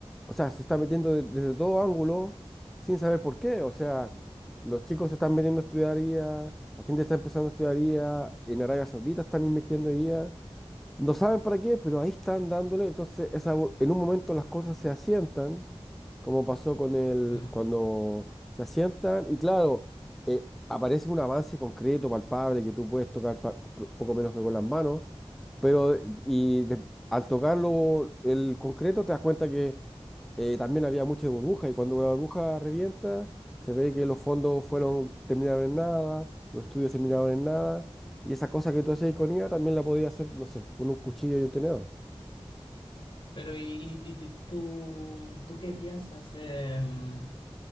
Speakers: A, in the centre; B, on the left.
A: o sea, se está metiendo de- desde todo ángulo sin saber por qué, o sea, los chicos se están metiendo a estudiar IA, la gente está empezando a estudiar IA, en Arabia Saudita están invirtiendo en IA, no saben para qué, pero ahí están dándole, entonces esa bu- en un momento las cosas se asientan, como pasó con el,
B: Ujú.
A: cuando se asientan, y claro, eh, aparece un avance concreto, palpable, que tú puedes tocar pa- poco menos que con las manos, pero eh, y de- al tocarlo el concreto te das cuenta que eh, también había mucha burbuja y cuando la burbuja revienta se ve que los fondos fueron terminaron en nada, los estudios terminaron en nada y esa cosa que tú hacías con IA también la podías hacer, no sé, con un cuchillo y un tenedor.
B: Pero ¿y, y- y tú, tú qué piensas? em,